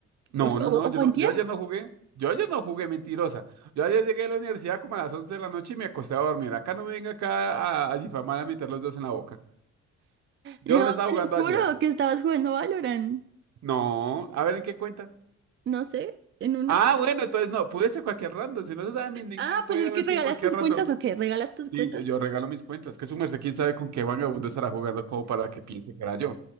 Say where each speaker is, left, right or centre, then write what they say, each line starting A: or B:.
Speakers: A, on the right (about 65°); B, on the right (about 40°).
A: no,
B: O, sea,
A: no,
B: o,
A: no, yo
B: o fue
A: no,
B: antier.
A: yo ayer no jugué. Yo ayer no jugué, mentirosa. Yo ayer llegué a la universidad como a las 11 de la noche y me acosté a dormir. Acá no me venga acá a, a difamar, a meter los dos en la boca. Yo
B: No,
A: no estaba
B: te
A: jugando
B: lo juro
A: ayer.
B: que estabas jugando Valorant.
A: No, a ver en qué cuenta.
B: No sé, en una...
A: Ah, bueno, entonces no, pude ser cualquier random. Si no se sabe mi nickname,
B: Ah,
A: puede
B: pues es
A: haber
B: que regalas
A: sido cualquier
B: tus
A: random.
B: cuentas o qué, regalas tus
A: Sí,
B: cuentas
A: yo, yo
B: o qué.
A: regalo mis cuentas. Que su merced, quién sabe con qué vagabundo estará jugando como para que piense que era yo.